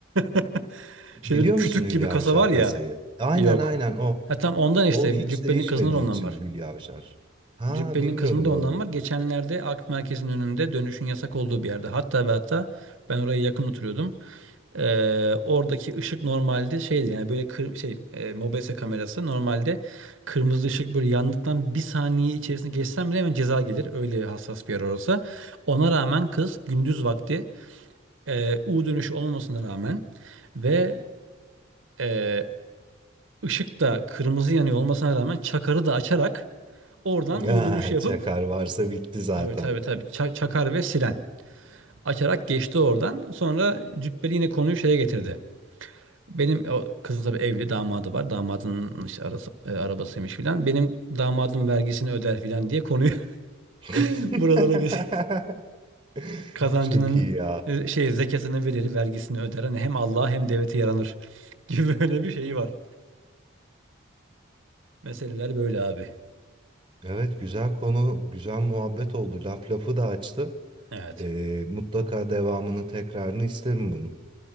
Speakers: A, on the right; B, on the right.
A: <laughs>
B: Biliyor
A: Şöyle bir kütük
B: musun Hülya
A: gibi kasa
B: Avşar
A: var ya.
B: kasayı? Aynen
A: Yok.
B: aynen o.
A: Ha tam ondan işte
B: O hiç
A: Cübbeli'nin
B: değişmediği
A: kızının ondan
B: için
A: var.
B: Hülya Avşar. Ha
A: Cübbeli'nin
B: bilmiyordum
A: kızının da
B: oğlum.
A: ondan var. Geçenlerde Ak Merkez'in önünde dönüşün yasak olduğu bir yerde. Hatta ve hatta ben oraya yakın oturuyordum. Ee, oradaki ışık normalde şeydi yani böyle kır, şey e, mobese kamerası normalde kırmızı ışık böyle yandıktan bir saniye içerisinde geçsen bile hemen ceza gelir. Öyle hassas bir yer orası. Ona rağmen kız gündüz vakti e, U dönüşü olmamasına rağmen ve e, ışık da kırmızı yanıyor olmasına rağmen çakarı da açarak oradan
B: Ya
A: U
B: <laughs>
A: dönüşü yapıp
B: çakar varsa bitti zaten.
A: tabii tabii tabii ça- çakar ve siren açarak geçti oradan. Sonra Cübbeli yine konuyu şeye getirdi. Benim o kızı tabii evli damadı var. Damadının işte arası, e, arabasıymış filan. Benim damadım vergisini öder filan diye konuyu
B: <laughs>
A: <laughs> buralara geç. Kazancının
B: Çok iyi ya.
A: e, şey zekatını verir, vergisini öder. Hani hem Allah'a hem devlete yaranır <laughs> gibi böyle bir şeyi var. Meseleler böyle abi.
B: Evet güzel konu, güzel muhabbet oldu. Laf lafı da açtı.
A: Evet.
B: Ee, mutlaka devamını tekrarını isterim bunun.